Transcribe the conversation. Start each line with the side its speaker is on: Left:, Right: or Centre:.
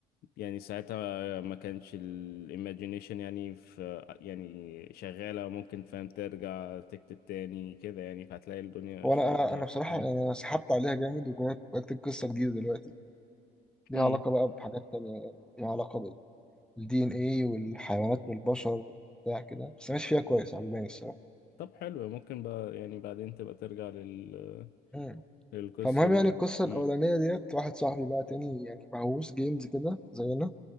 Left: يعني ساعتها ما كانش الايماجينيشن يعني في يعني شغالة ممكن فاهم ترجع تكتب تاني كده يعني فهتلاقي الدنيا
Centre: هو
Left: اشتغلت
Centre: أنا أنا
Left: معاك
Centre: أنا بصراحة
Left: مم.
Centre: يعني أنا سحبت عليها جامد وجربت بكتب قصة جديدة دلوقتي ليها
Left: مم.
Centre: علاقة بقى بحاجات تانية يعني ليها علاقة الدي ان ايه والحيوانات والبشر بتاع كده بس ماشي فيها كويس عجباني الصراحه
Left: طب حلو ممكن بقى يعني بعدين تبقى ترجع لل...
Centre: مم.
Left: للقصة
Centre: فالمهم
Left: دي
Centre: يعني
Left: يعني
Centre: القصه
Left: مم.
Centre: الاولانيه ديت واحد صاحبي بقى تاني يعني مهووس جيمز كده زينا